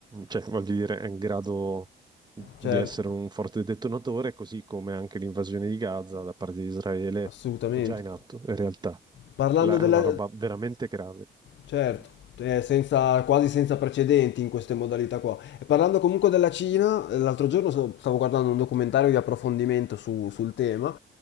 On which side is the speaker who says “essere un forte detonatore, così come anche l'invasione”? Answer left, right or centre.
Right